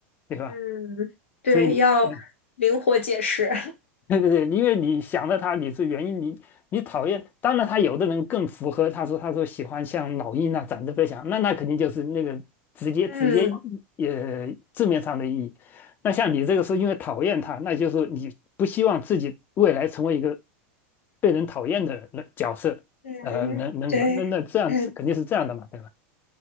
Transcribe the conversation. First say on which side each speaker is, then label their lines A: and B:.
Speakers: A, on the left (about 30°); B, on the left (about 70°).
A: 对吧？
B: 嗯，对，
A: 所以，
B: 要灵活解释。
A: 嗯，
B: <laughs>
A: <laughs> 对对对，因为你想了他，你是原因，你你讨厌。当然，他有的人更符合他说他说喜欢像老鹰啊、展翅飞翔，那那肯定就是那个直接直接也字面上的意义。
B: 嗯。
A: 那像你这个是因为讨厌他，那就是你不希望自己未来成为一个被人讨厌的人角色，
B: 嗯，
A: 呃，人人格，
B: 对，
A: 那那这样是肯定是这样的嘛，
B: 嗯，
A: 对吧？